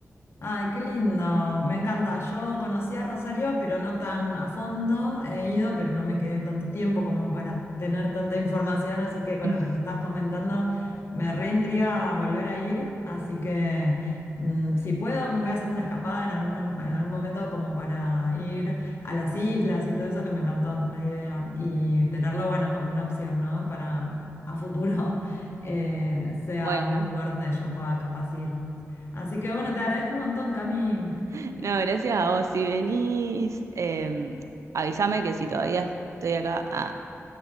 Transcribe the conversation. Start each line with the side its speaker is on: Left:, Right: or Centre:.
Left: Ay, qué lindo, me encanta. Yo conocí a Rosario, pero no tan a fondo. He ido, pero no me quedé tanto tiempo como para tener tanta información, así que con
Right: <laughs>
Left: lo que me estás comentando me reintriga volver a ir, así que mm, si puedo me voy a hacer una escapada en algún, en algún momento como para ir a las islas y todo eso que me encantó la idea y tenerlo, bueno, como una opción, ¿no? Para a futuro <laughs> eh, sea
Right: Bueno.
Left: un lugar donde yo pueda capaz ir. Así que bueno, te agradezco un montón, Cami.
Right: <laughs> No, gracias a vos. Si venís, eh, avísame que si todavía estoy acá, ah,